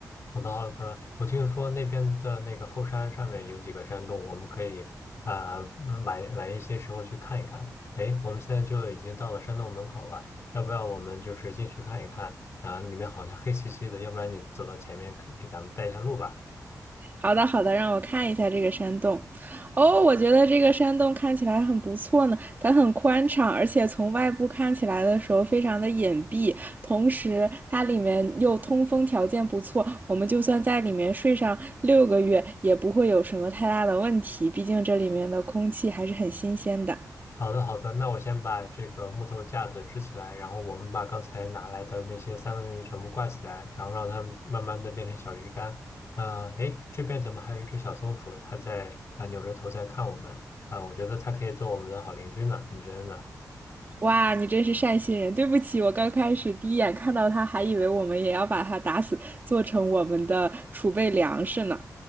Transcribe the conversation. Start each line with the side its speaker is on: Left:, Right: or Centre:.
Left: 好的，好的。我听说那边的那个后山上面有几个山洞，我们可以呃嗯晚晚一些时候去看一看。哎，我们现在就已经到了山洞门口了，要不要我们就是进去看一看？啊、里面好像黑漆漆的，要不然你走到前面给给咱们带一下路吧。
Right: 好的，好的，让我看一下这个山洞。哦，我觉得这个山洞看起来很不错呢，它很宽敞，而且从外部看起来的时候非常的隐蔽，同时它里面又通风条件不错，我们就算在里面睡上六个月也不会有什么太大的问题，毕竟这里面的空气还是很新鲜的。
Left: 好的，好的，那我先把这个木头架子支起来，然后我们把刚才拿来的那些三文鱼全部挂起来，然后让它们慢慢的变成小鱼干。呃，诶，这边怎么还有一只小松鼠？它在啊、扭着头在看我们啊、我觉得它可以做我们的好邻居呢，你觉得呢？
Right: 哇，你真是善心人！对不起，我刚开始第一眼看到它，还以为我们也要把它打死，做成我们的储备粮食呢。